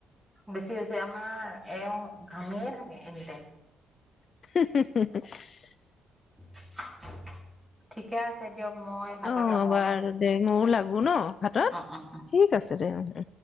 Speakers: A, in the centre; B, on the left.
A: বেছি হৈছে আমাৰ এওঁ ঘামিয়ে থাকে এনি তাইম
B: উ <unintelligible>
A: <unintelligible> ঠিকে আছে দিয়ক মই ভাতত
B: অ',
A: ৰান্ধো
B: বাৰু
A: ন
B: দে ময়ো লাগো ন' ভাতত
A: অ অ অ
B: ঠিক আছে দে উম, উম।